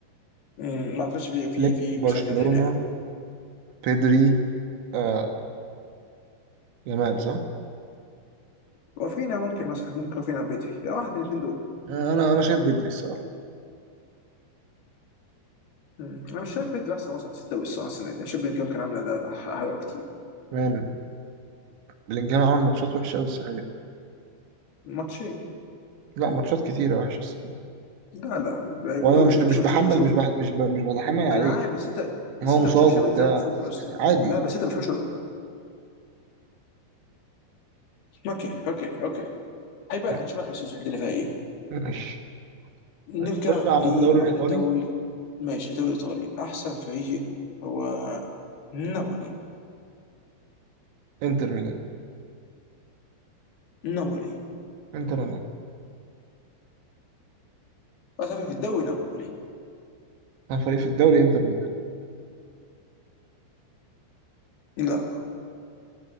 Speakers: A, on the left; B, on the right.
A: مم، ما اعتقدش في في
B: فليك
A: في
B: برشلونة
A: مشاكل وخناقه
B: بيدري آه جمال صح؟
A: وفينا ممكن مثلا ممكن وفينا بدري يعني واحد من الاثنين دول
B: آه، أنا أنا شايف بيدري الصراحة
A: مم. انا مش شايف بيدري احسن وسط في الدوري الصراحه السنه دي أنا شايف بلينجهام كان عامل اداء ح- حلو كتير
B: كمان بلينجهام عمل ماتشات وحشة أوي السنة دي
A: ماتشين
B: لا ماتشات كتيرة وحشة السنة دي
A: لا لا بدون
B: وأنا
A: انت
B: مش مش
A: بتشوفش
B: بحمل
A: بشوف
B: مش بح مش ب مش بتحمل عليه
A: انا عارف بس انت
B: يعني
A: بس
B: هو
A: انت
B: مصاب
A: بتشوف شبه
B: وبتاع
A: دي زي ما أنا بشوف
B: بس
A: يا اسطى
B: يعني عادي
A: لا بس انت بتشوفش اوكي اوكي اوكي هيبقى
B: طيب،
A: هنشوف اخر سيزون الدنيا فيها ايه
B: ماشي
A: نرجع
B: طيب خش على
A: لنروح
B: الدوري الإيطالي
A: للدوري ماشي دوري ايطالي احسن فريق هو نابولي
B: إنتر ميلان
A: نابولي
B: إنتر ميلان
A: اسف في الدوري نابولي
B: أنا فريق في الدوري إنتر ميلان
A: لا